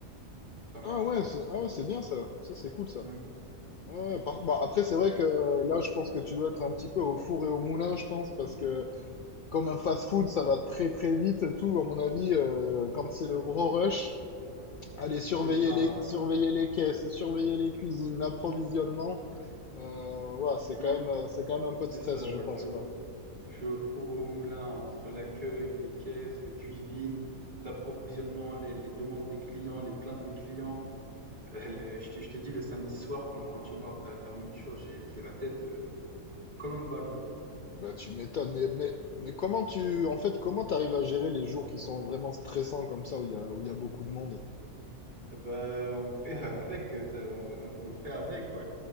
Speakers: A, on the right; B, on the left.
A: c'est pas mal.
B: Ah ouais, c'est ah ouais, c'est bien ça. Ça, c'est cool ça.
A: Mmh,
B: Ouais, ouais, par- bah,
A: c'est
B: après, c'est
A: ça,
B: vrai
A: ouais.
B: que euh, là, je pense que tu dois être un petit peu au four et au moulin, je pense, parce que comme un fast-food, ça va très très vite et tout. À mon avis, euh, quand c'est le gros rush, aller surveiller
A: C'est ça, ouais.
B: les, surveiller les caisses, surveiller les cuisines, l'approvisionnement, euh, ouais, c'est
A: Mmh,
B: quand même, euh, c'est quand même un peu
A: c'est
B: de stress,
A: ça, ouais.
B: je pense,
A: Je suis au
B: quoi.
A: je suis au four au moulin entre l'accueil, les caisses, les cuisines, l'approvisionnement, les les demandes des clients, les plaintes des clients. Heu, les je te je te dis le samedi soir quand je rentre chez moi après la fermeture, j'ai j'ai la tête, heu, comme un ballon.
B: Bah, tu m'étonnes, mais, mais, mais comment tu, en fait, comment t'arrives à gérer les jours qui sont vraiment stressants comme ça, où il y a, où il y a beaucoup de monde?
A: Eh bah, on fait <laughs> avec, heu, tu on on on fait avec, ouais.